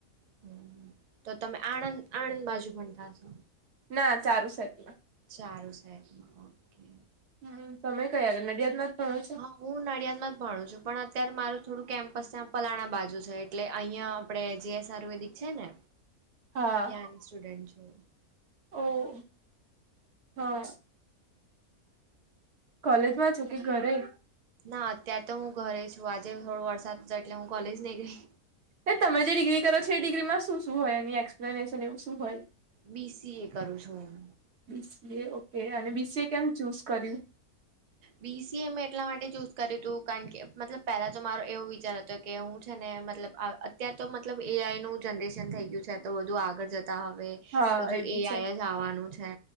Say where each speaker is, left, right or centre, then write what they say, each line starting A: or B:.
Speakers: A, on the right (about 75°); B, on the right (about 50°).
A: હમ, તો તમે આણંદ આણંદ બાજુ ભનતા હસો.
B: ના ચારુસેટ માં.
A: ચારુંસેટ માં ઓકે.
B: હમ્મ, તમે ક્યાં આગળ નડિયાદમાં જ ભણો છો?
A: હા હું નડિયાદ માં જ ભણું છું પણ અત્યાર મારું થોડું કેમ્પસ ત્યાં પલાણા બાજુ છે. એટલે અંયા આપળે જીએસ આયુર્વેદિક છે ને
B: હા
A: ત્યાંની સ્ટુડન્ટ છું.
B: ઓ, હ. કોલેજ માં છુ, કે ઘરે?
A: ના અત્યર તો હું ઘરે છું આજે થોડો વરસાદ જ એટલે હું કોલેજ નય ગઈ.
B: એ તમે જે ડિગ્રી કરો છો એ ડિગ્રીમાં શું શું હોય, એની એક્સપ્લેનેશન એવું શું હોય?
A: બી સી એ કરું છું હું.
B: બી સી એ ઓકે, અને બી સી એ કેમ ચૂઝ કર્યું?
A: બી સી એ મેં એટલા માટે ચૂઝ કર્યું તું કાણ કે મતલબ પેલા જો મારો એવું વિચાર હતો કે હું છે ને મતલબ. અ અત્યર તો મતલબ એ આઈ નું જનરેશન થઈ ગયું છે તો બધુ આગળ જતા હવે.
B: હા
A: બધું
B: બી
A: એ
B: છે
A: આઈ જ આવાનું છે,